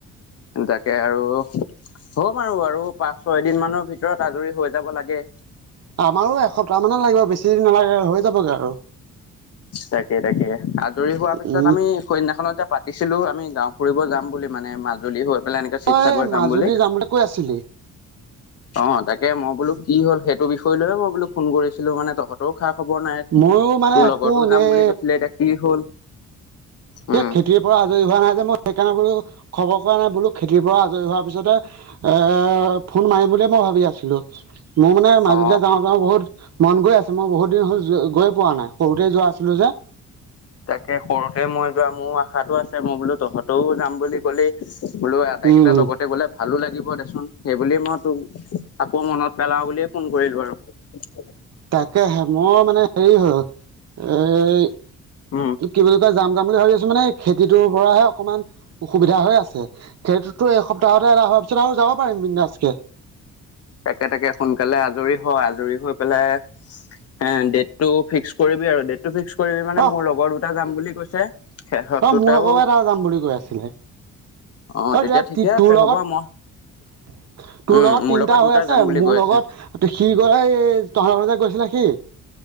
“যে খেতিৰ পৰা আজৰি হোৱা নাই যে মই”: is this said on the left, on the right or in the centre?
Right